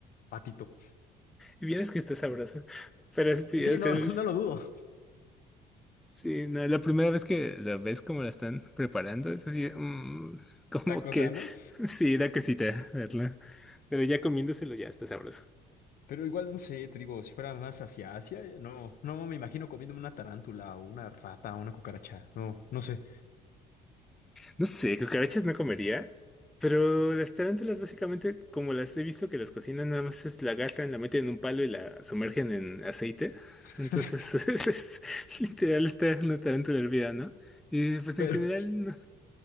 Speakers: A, on the left (about 60°); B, in the centre.
A: patito.
B: vieras que está sabroso. Pero es- sí,
A: Sí,
B: es
A: no,
B: el,
A: <laughs> no lo dudo.
B: sí, no, la primera vez que lo ves como la están preparando, es así, mm, <laughs> como
A: La cosa,
B: que,
A: ¿no?
B: sí, da cosita verla. Pero ya comiéndoselo ya está sabroso.
A: Pero igual no sé, te digo, si fuera más hacia Asia, eh, no, no me imagino comiéndome una tarántula o una rata o una cucaracha. No, no sé.
B: No sé, cucarachas no comería, pero las tarántulas básicamente, como las he visto que las cocinan, nada más es la agarran, la meten en un palo y la sumergen en aceite.
A: <laughs>
B: Entonces, <laughs> es, es literal estar una tarántula hervida, ¿no? Y pues
A: Pero,
B: en general, no.